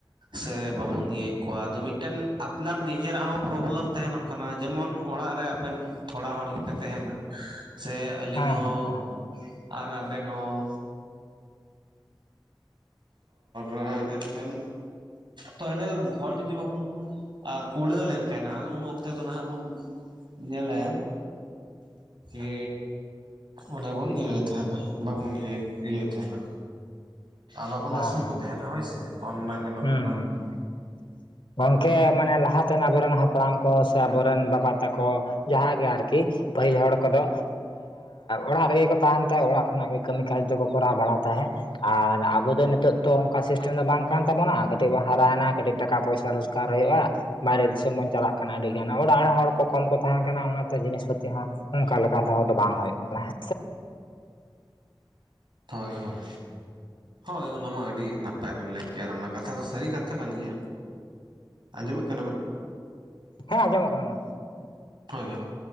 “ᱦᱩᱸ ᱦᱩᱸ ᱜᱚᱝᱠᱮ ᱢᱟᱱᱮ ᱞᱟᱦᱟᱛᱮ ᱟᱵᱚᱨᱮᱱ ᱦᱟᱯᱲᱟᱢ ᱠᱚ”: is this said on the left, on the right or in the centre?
Left